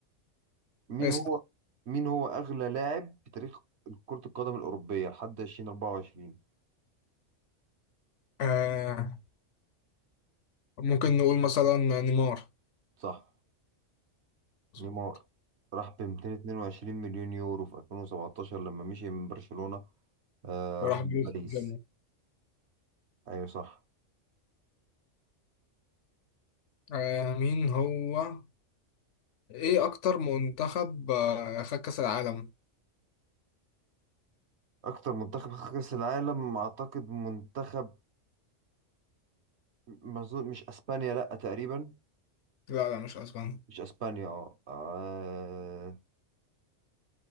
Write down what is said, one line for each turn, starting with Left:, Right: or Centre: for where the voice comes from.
Right: مين
Left: اسأل
Right: هو مين هو اغلى لاعب في تاريخ كرة القدم الاوروبية لحد 2024
Left: آه ممكن نقول مثلا نيمار
Right: صح
Left: مظبوط
Right: نيمار راح ب 222 مليون يورو في 2017 لما مشي من برشلونة آه
Left: وراح
Right: راح لباريس
Left: بيس جيم
Right: ايوه صح
Left: آه مين هو ايه اكتر منتخب آه خد كاس العالم
Right: اكتر منتخب خد كاس العالم اعتقد منتخب ما أظن- مش اسبانيا لا تقريبا
Left: لا لا مش اسبانيا
Right: مش اسبانيا اه آه،